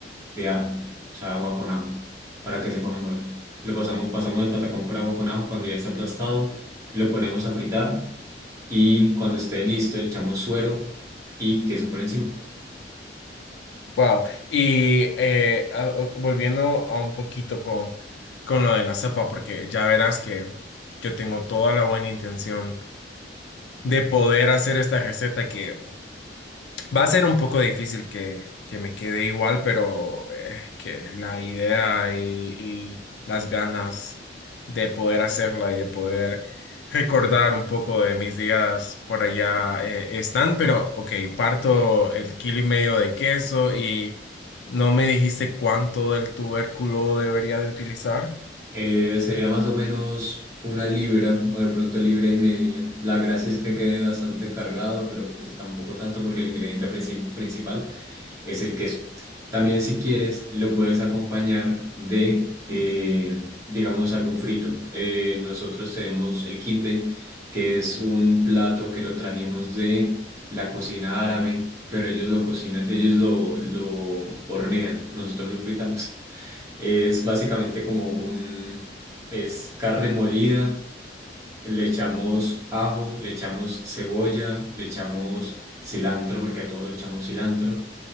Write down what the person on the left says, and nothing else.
Wow. Y eh, a- o- volviendo a un poquito con, con lo de la sopa, porque ya verás que yo tengo toda la buena intención de poder hacer esta receta que Va a ser un poco difícil que, que me quede igual, pero es que la idea y, y las ganas de poder hacerla y de poder recordar un poco de mis días por allá eh, están, pero ok, parto el kilo y medio de queso y no me dijiste cuánto del tubérculo debería de utilizar.